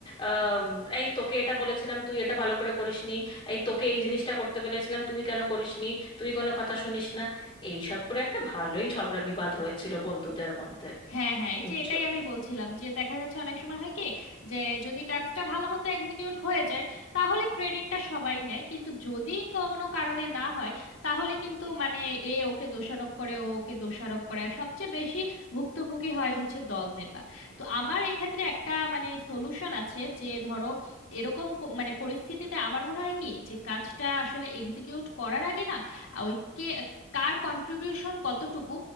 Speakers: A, on the left; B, on the left.
A: আম, এই তোকে এটা বলেছিলাম তুই এটা ভালো করে করিসনি এই তোকে এই জিনিসটা করতে বলেছিলাম তুই কেন করিসনি তুই কোনো কথা শুনিস না এই সব করে একটা ভালোই ঝগড়া বিবাদ হয়েছিল বন্ধুদের মধ্যে
B: হ্যাঁ হ্যাঁ এই
A: বুঝছো
B: যে এটাই আমি বলছিলাম যে দেখা যাচ্ছে অনেক সময় হয় কি যে যদি টাস্কটা ভালো মতো এক্সিকিউট হয়ে যায় তাহলে ক্রেডিটটা সবাই নেয় কিন্তু যদি কোনো কারণে না হয় তাহলে কিন্তু মানে এ ওকে দোষারোপ করে ও ওকে দোষারোপ করে আর সবচেয়ে বেশি ভুক্তভোগী হয় হচ্ছে দল নেতা তো আমার এক্ষেত্রে একটা মানে সলিউশন আছে যে ধরো এরকম প- মানে পরিস্থিতিতে আমার মনে হয় কি যে কাজটা আসলে এক্সিকিউট করার আগে না ওই কে কার কন্ট্রিবিউশন কতটুকু